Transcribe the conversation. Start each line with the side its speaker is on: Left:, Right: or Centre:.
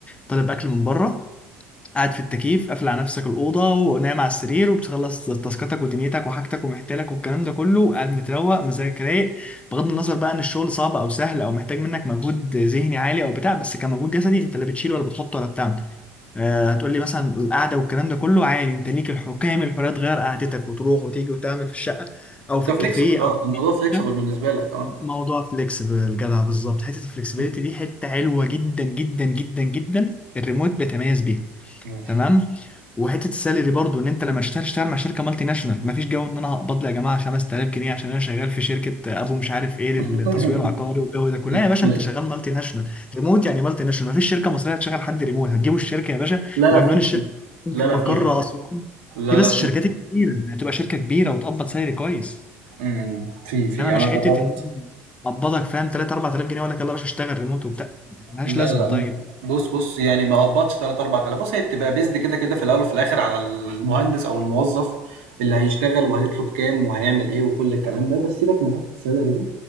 Left: طالب اكل من بره قاعد في التكييف قافل على نفسك الأوضة ونايم على السرير وبتخلص تاسكاتك ودنيتك وحاجتك ومحتلك والكلام ده كله وقاعد متروق مزاجك رايق بغض النظر بقى إن الشغل صعب أو سهل أو محتاج منك مجهود ذهني عالي أو بتاع بس كمجهود جسدي أنت لا بتشيل ولا بتحط ولا بتعمل آه هتقول لي مثلا القعدة والكلام ده كله عادي أنت ليك الحكام كامل الحرية تغير قعدتك وتروح وتيجي وتعمل في الشقة أو في
Right: أنت
Left: الكافيه
Right: flexible آه،
Left: أو في
Right: الموضوع
Left: أي
Right: flexible
Left: حتة
Right: بالنسبة لك آه.
Left: موضوع فليكسبل جدع بالظبط حته الفلكسبيليتي
Right: إمم،
Left: دي حته حلوه جدا جدا جدا جدا الريموت بيتميز بيها
Right: ماشي.
Left: تمام وحته السالري برضو ان انت لما اشتغل اشتغل مع شركه مالتي ناشونال مفيش جو ان انا هقبض لي يا جماعه 5000 جنيه عشان انا شغال في شركه ابو مش عارف ايه للتسويق
Right: <laughs>
Left: العقاري والجو ده كله
Right: إمم،
Left: لا يا باشا
Right: أيوه.
Left: انت شغال مالتي ناشونال ريموت يعني مالتي ناشونال مفيش شركه مصريه هتشغل حد ريموت هتجيبوا الشركه يا باشا
Right: لا،
Left: وعنوان
Right: لا في،
Left: الشركه
Right: في. لا،
Left: في مقر
Right: لا في خلي بالك،
Left: اسوان
Right: لا،
Left: في بس
Right: لا في،
Left: الشركات
Right: في.
Left: الكبيره يعني هتبقى شركه كبيره وتقبض سالري كويس
Right: إمم، في، في.
Left: انما مش
Right: أنا جرّبت.
Left: حته ان اقبضك فاهم 3 4000 جنيه ولا يلا يا باشا اشتغل ريموت وبتاع ملهاش
Right: لا
Left: لازمه
Right: لا
Left: طيب
Right: م- بص بص يعني ما قبضش 3 4000 بص هي بتبقى بيزد كده كده في الاول وفي الاخر على المهندس او الموظف اللي هيشتغل وهيطلب كام وهيعمل ايه وكل الكلام ده بس سيبك من حته السالري دي